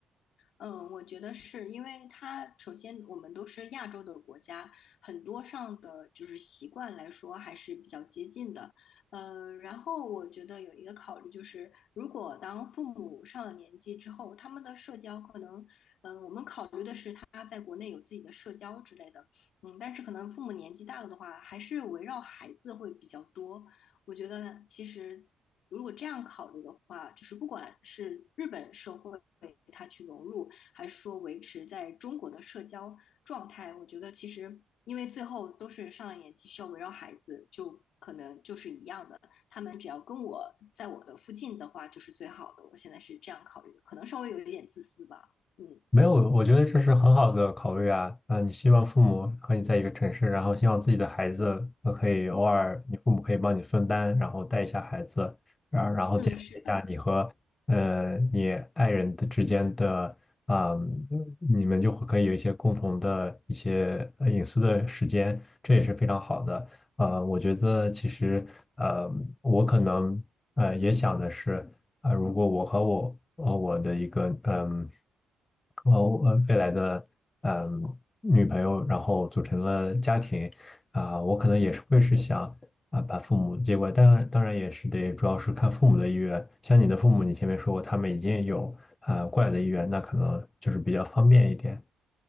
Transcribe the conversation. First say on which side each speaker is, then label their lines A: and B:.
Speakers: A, on the left (about 75°); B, on the left (about 25°).
A: 嗯，我觉得是因为它首先我们都是亚洲的国家，很多上的就是习惯来说还是比较接近的。呃，然后我觉得有一个考虑就是，如果当父母上了年纪之后，他们的社交可能，嗯、我们考虑的是他在国内有自己的社交之类的，嗯，但是可能父母年纪大了的话，还是围绕孩子会比较多。我觉得其实如果这样考虑的话，就是不管是日本社会他去融入。还是说维持在中国的社交状态，我觉得其实因为最后都是上了年纪，需要围绕孩子，就可能就是一样的。他们只要跟我在我的附近的话，就是最好的。我现在是这样考虑的，可能稍微有一点自私吧。嗯
B: 没有，我觉得这是很好的考虑啊。呃，你希望父母和你在一个城市，然后希望自己的孩子呃可以偶尔，你父母可以帮你分担，然后带一下孩子，然然后减轻一下你和呃你爱人的之间的啊、
A: 嗯，是的，
B: 你们就会可以有一些共同的一些呃隐私的时间，这也是非常好的。呃，我觉得其实呃，我可能呃也想的是。啊、如果我和我呃我的一个嗯和呃未来的嗯女朋友，然后组成了家庭啊、我可能也是会是想啊、把父母接过来，当然当然也是得主要是看父母的意愿。像你的父母，你前面说过他们已经有啊、过来的意愿，那可能就是比较方便一点。